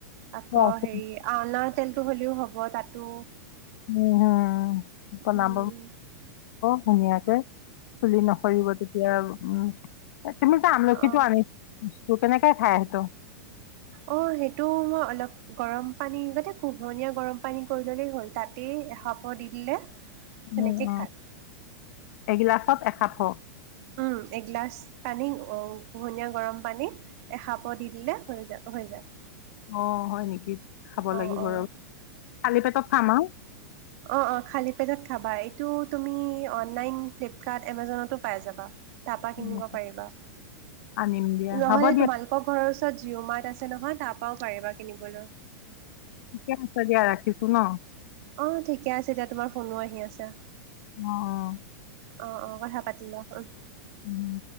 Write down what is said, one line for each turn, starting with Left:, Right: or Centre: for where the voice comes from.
Right: আকৌ
Left: অঁ
Right: হেৰি আনাৰ তেলটো হ'লেও হ'ব, তাতো
Left: <unintelligible> অ',
Right: উম,
Left: ধুনীয়াকে, চুলি নসৰিব তেতিয়া, উম। তুমি যে আমলখিতো
Right: অ',
Left: আনিছা, কেনেকে খাই সেইটো।
Right: অ', সেইটো মই অলপ গৰম পানী, আগতে কুহমীয়া গৰম পানী কৰি ল'লেই হ'ল, তাতেই এসাফৰ দি দিলে। সেনেকে
Left: উম, অ',
Right: খায়।
Left: এগিলাছত এসাফৰ।
Right: উম, এগিলাছ পানী, কোহমীয়া গৰম পানীত এসাফৰ দি দিলে, হৈ যায়, হৈ যায়।
Left: অ', হয় নেকি, খাব
Right: অ',
Left: লাগিব
Right: অ',
Left: ৰ, খালি পেটত খাম আৰু।
Right: অ', অ', খালী পেটত খাবা। এইটো তুমি অনলাইন ফ্লিপকাৰ্ট, এমেজনতো পাই যাবা। তাৰপৰা
Left: উম,
Right: কিনিব পাৰিবা,
Left: আনিম দিয়া
Right: নহ'লে
Left: হ'ব দিয়া
Right: তোমালোক আকৌ, ঘৰৰ ওচৰত জিঅ মাৰ্ট আছে নহয়, তাৰপৰাও পাৰিবা কিনিবলৈ।
Left: ঠিকেই আছে দিয়া, ৰাখিছো ন।
Right: অ', ঠিকে আছে দিয়া, তোমাৰ ফোনো আহি আছে।
Left: অ', অ'।
Right: অ', অ', কথা পাতিলোৱা, উম।
Left: উম।